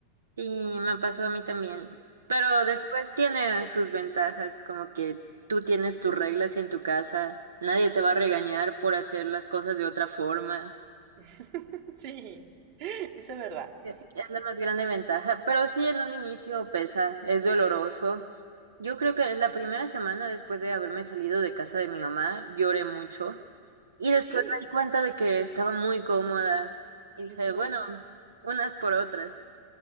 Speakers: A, on the right; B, on the right.
A: Sí, me pasó a mí también. Pero después tiene sus ventajas, como que tú tienes tus reglas en tu casa, nadie te va a regañar por hacer las cosas de otra forma.
B: <laughs> Sí, eso es verdad.
A: Es la más grande ventaja, pero sí en un inicio pesa, es doloroso. Yo creo que la primera semana después de haberme salido de casa de mi mamá, lloré mucho y
B: Sí.
A: después me di cuenta de que estaba muy cómoda y dije,
B: Ujú.
A: bueno, unas por otras.